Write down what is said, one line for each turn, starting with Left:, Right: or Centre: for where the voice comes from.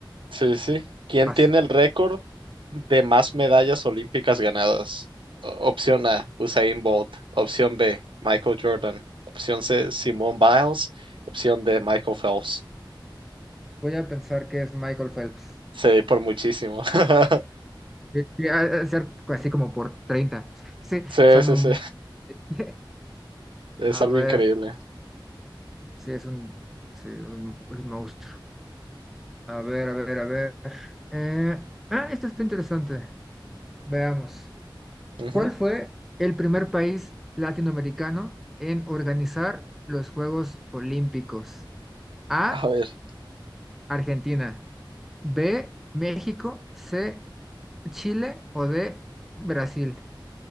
Right: Sí, sí. ¿Quién
Centre: Vas.
Right: tiene el récord de más medallas olímpicas ganadas? O- Opción A, Usain Bolt. Opción B, Michael Jordan. Opción C, Simone Biles. Opción D, Michael Phelps.
Centre: Voy a pensar que es Michael Phelps.
Right: Sí, por muchísimo. <laughs>
Centre: Sí, sí, ha de ser así como por 30. Sí,
Right: Sí,
Centre: son
Right: sí,
Centre: un...
Right: sí.
Centre: <laughs>
Right: Es
Centre: A
Right: algo
Centre: ver,
Right: increíble.
Centre: sí, es un, sí, un, es un monstruo. A ver, a ver, a ver. Eh, ah, esto está interesante. Veamos.
Right: Ujú.
Centre: ¿Cuál fue el primer país latinoamericano en organizar los Juegos Olímpicos? A,
Right: A ver,
Centre: Argentina. B, México. C, Chile o D, Brasil.